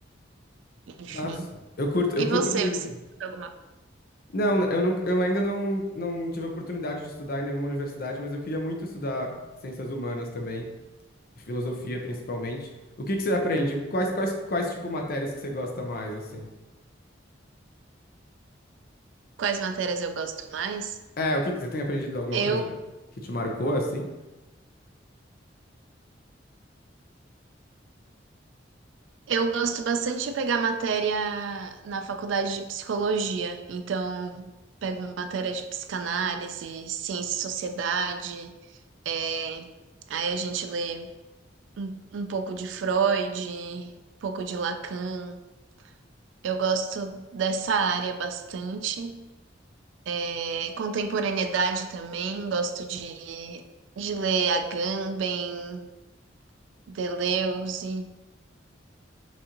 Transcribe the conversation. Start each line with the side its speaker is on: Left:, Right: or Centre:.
Right: enfim.
Left: Nossa, eu curto, eu
Right: E
Left: curto
Right: você,
Left: muito.
Right: você estuda alguma?
Left: Não, eu não, eu ainda não, não tive a oportunidade de estudar em nenhuma universidade, mas eu queria muito estudar ciências humanas também, e filosofia principalmente. O que que você aprende? Quais, quais, quais tipo matérias que você gosta mais, assim?
Right: Quais matérias eu gosto mais?
Left: É, o que que você tem aprendido alguma
Right: eu
Left: coisa que te marcou, assim?
Right: Eu gosto bastante de pegar matéria na faculdade de psicologia, então pego matéria de psicanálise, ciência e sociedade, é, aí a gente lê um pouco de Freud, um pouco de Lacan. Eu gosto dessa área bastante. É, contemporaneidade também, gosto de, de ler Agamben, Deleuze.